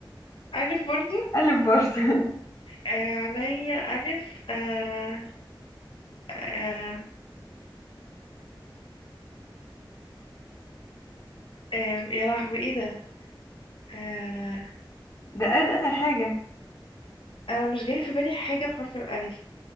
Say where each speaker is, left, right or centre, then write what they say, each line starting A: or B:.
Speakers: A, on the left; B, on the left.
A: ألف برضو
B: قلب برضه <laughs>
A: آه عليا ألف آه آه آه يا لهوي إيه ده آه
B: ده قلب اسهل حاجة
A: أنا مش جاي في بالي حاجة بحرف الألف